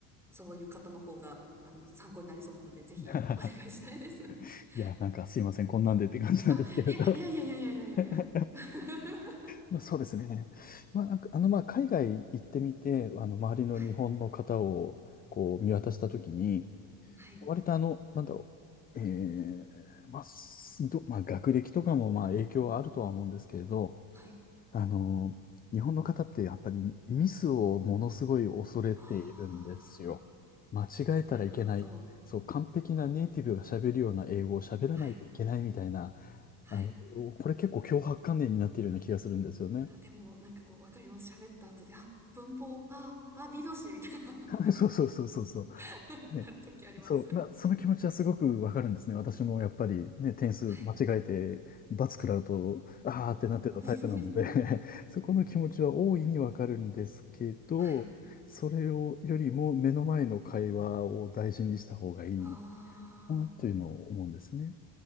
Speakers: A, in the centre; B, on the left (about 20°).
A: そういう方の方が、あの、参考になりそうなので、ぜひ、
B: <laughs>
A: お願いしたいです。<laughs>
B: いや、なんかすいません、こんなんでって感じなんですけれど
A: あ、いや、いやいやいやいやいやいやいや。
B: <laughs>
A: <laughs>
B: まあ、そうですね。まあ、なんか、あの、まあ、海外行ってみて、あの、周りの日本の方を、
A: はい、
B: こう、見渡したときに、
A: はい、
B: 割とあの、なんだろう、えー、まあ、すど、まあ、学歴とかも、まあ、影響はあるとは思うんですけれど、
A: はい。
B: あの、日本の方ってやっぱりミスをものすごい恐れているんですよ。
A: あ
B: 間違えたらいけない。
A: ー、なるほど。
B: そう、完璧なネイティブが喋るような英語を喋らないといけないみたいな、
A: はい、はい。
B: あの、これ結構強迫観念になっているような気がするんですよね。
A: あでも、なんかこう、わかります。喋った後で、あ、文法、あ、あ、B 動詞みたいな
B: <laughs> そうそうそうそうそ
A: <laughs>
B: う。
A: なるときあります。
B: ね。そう、まあ、その気持ちはすごくわかるんですね。私もやっぱりね、点数間違えて、
A: はい。
B: 罰食らうと、あーってなってたタイプなので
A: <laughs>
B: <laughs> そこの気持ちは大いにわかるんですけど、
A: はい。
B: それをよりも目の前の会話を大事にした方がいいのか
A: あ
B: なというのを思うんですね。